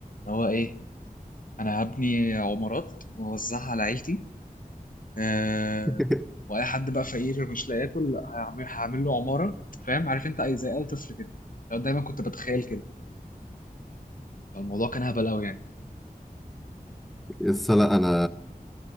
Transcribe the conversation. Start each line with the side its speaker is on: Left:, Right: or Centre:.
Left: اللي هو ايه انا هبني عمارات واوزعها على عيلتي آه
Centre: <laughs>
Left: واي حد بقى فقير مش لاقي ياكل لا، هعمل هعمل له عماره فاهم عارف انت اي زي اي طفل كده لو دايما كنت بتخيل كده فالموضوع كان هبل قوي يعني
Centre: يس لا انا